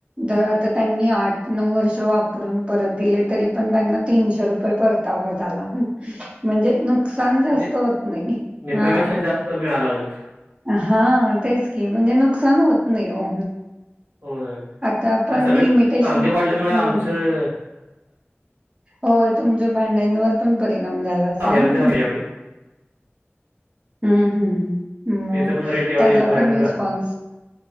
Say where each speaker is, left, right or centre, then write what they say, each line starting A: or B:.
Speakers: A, on the right; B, on the right.
A: दर आता त्यांनी आठ नऊ वर्ष वापरून परत दिले तरी पण त्यांना तीनशे रुपये पय परत आवाज आला म्हणजे नुकसान
B: म्हणजे
A: जास तो होत नाही
B: निम्म्यापेक्षा
A: हा.
B: जास्त मिळायला लागलेत
A: हा तेच की म्हणजे नुकसान होत नाही हो.
B: होय
A: आता पण
B: आणि सगळे
A: इमिटेशन
B: चांदी वाढल्यामुळे आमचं
A: हं. होय तुमच्या भांड्यांवर पण परिणाम झाला असेल
B: निरंजन
A: ना.
B: आले यावेळी
A: हम्म हम्म म
B: त्याचे पण रेट यावेळी
A: त्यातला
B: भयानक
A: पण रिस्पॉन्स
B: झाले